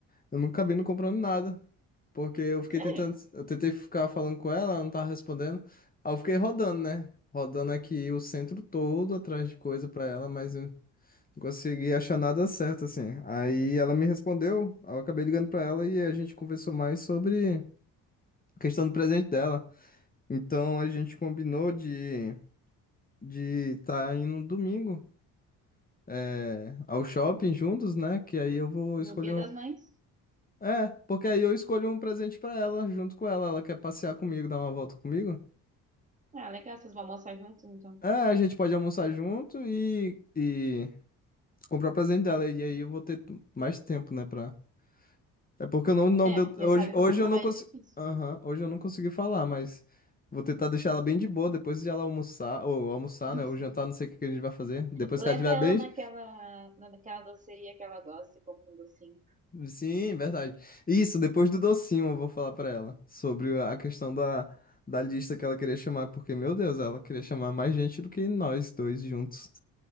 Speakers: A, on the left (about 25°); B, on the right (about 20°).
A: Eu nunca vi não comprando nada. Porque eu fiquei
B: Sério?
A: tentando. Eu tentei ficar falando com ela, ela não tava respondendo. Aí eu fiquei rodando, né? Rodando aqui o centro todo atrás de coisa pra ela, mas eu não consegui achar nada certo, assim. Aí ela me respondeu, aí eu acabei ligando pra ela e a gente conversou mais sobre a questão do presente dela. Então a gente combinou de de estar tá indo no domingo. é, ao shopping juntos, né? Que aí eu vou escolher
B: No Dia das Mães?
A: É, porque aí eu escolho um presente pra ela junto com ela. Ela quer passear comigo, dar uma volta comigo?
B: Ah, legal, vocês vão almoçar juntos, então.
A: É, a gente pode almoçar junto e, e comprar o presente dela. E aí eu vou ter mais tempo, né, pra... É porque eu não, não
B: É,
A: deu...
B: porque
A: Hoje,
B: sabe
A: hoje
B: como é que
A: eu
B: ela
A: não consegui...
B: é difícil,
A: Aham,
B: né?
A: hoje eu não consegui falar, mas vou tentar deixar ela bem de boa depois de ela almoçar, ou almoçar,
B: <laughs>
A: né, ou jantar, não sei o que que a gente vai fazer. Depois
B: Leva
A: que ela estiver
B: ela
A: bem
B: naquela, naquela doceria que ela gosta e compra um docinho.
A: Sim, verdade. Isso, depois do docinho eu vou falar pra ela sobre a questão da, da lista que ela queria chamar, porque, meu Deus, ela queria chamar mais gente do que nós dois juntos.